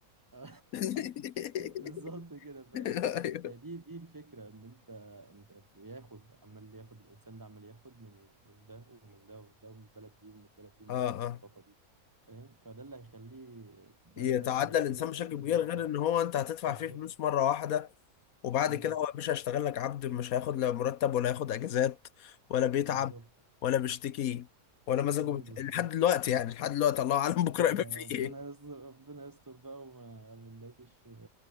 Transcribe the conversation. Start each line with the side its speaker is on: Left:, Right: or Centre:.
Right: <laughs>
Left: <laughs>
Right: بالظبط كده فاهم
Left: ايوه
Right: فدي دي الفكره ان انت انت بياخد عمال ياخد الانسان ده عمال ياخد من من ده ومن ده ومن ده ومن البلد دي ومن البلد دي ومن
Left: اه
Right: الثقافه
Left: اه
Right: دي فاهم فده اللي هيخليه ده
Left: يتعدى
Right: ده اللي هيخليه
Left: الانسان
Right: فعلا
Left: بشكل
Right: ان
Left: كبير
Right: هو
Left: غير
Right: اه
Left: ان هو انت هتدفع
Right: بالظبط
Left: فيه فلوس مره واحده وبعد
Right: امم
Left: كده هو يا باشا هيشتغل لك عبد مش هياخد لا مرتب ولا هياخد اجازات ولا بيتعب
Right: بالظبط
Left: ولا بيشتكي ولا مزاجه
Right: امم
Left: بت...
Right: بالظبط
Left: لحد دلوقتي يعني لحد دلوقتي الله اعلم
Right: <laughs>
Left: بكره
Right: آه،
Left: يبقى فيه
Right: ربنا
Left: ايه
Right: يستر ربنا يستر بقى وما ما نلاقيش